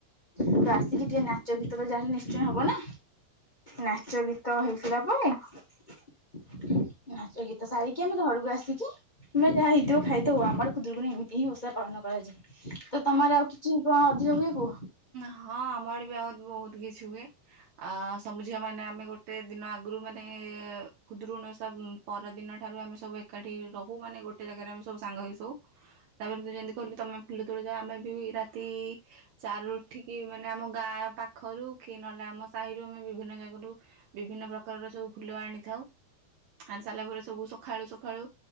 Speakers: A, on the left; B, on the right.
A: ତ ଆସିକି ଟିକେ ନାଚ ଗୀତ ତ ଯାହା ହେଲେ ନିଶ୍ଚୟ ହବ ନା ନାଚ ଗୀତ ହେଇସାରିଲା ପରେ ନାଚ ଗୀତ ସାରିକି ଆମେ ଘରକୁ ଆସିକି ପା ଯାହା ହେଇଥିବ ଖାଇଥଉ ଆମର ଖୁଦୁରୁକୁଣି ଏମିତି ହିଁ ଓଷା ପାଳନ କରାଯାଏ ଓ ତମର ଆଉ କିଛି କଣ ଅଧିକ ହୁଏ? କୁହ
B: ହଁ ଆମ ଆଡ଼େ ବି ଆହୁରି ବହୁତ କିଛି ହୁଏ ଅ ସମ ଝିଅ ମାନେ ଆମେ ଗୋଟ ଗୋଟେ ଦିନ ଆଗରୁ ମାନେ ଅ ଖୁଦୁରୁକୁଣି ଓଷା ପରଦିନ ଠାରୁ ଆମେ ସବୁ ଏକାଠି ରହୁ ମାନେ ଗୋଟେ ଜାଗାରେ ଆମେ ସବୁ ସାଙ୍ଗ ହେଇ ଶୋଉ ତାପରେ ତୁ ଯେମିତି କହିଲୁ ତମେ ଫୁଲ ତୋଳି ଯାଉ ଆମେ ବି ରାତି <unintelligible> ଚାର ରୁ ଉଠିକି ମାନେ ଆମ ଗାଁ ପାଖ ପାଖରୁ କି ନହେଲେ ଆମ ସାହିରୁ ଆମେ ବିଭିନ୍ନ ଜାଗାରୁ ବିଭିନ୍ନ ପ୍ରକାରର ସବୁ ଫୁଲ ଆଣି ଉଠାଉ ଆଣି ସାରିଲା ପରେ ସବୁ ସଖାଳୁ ସବ୍ ସକାଳୁ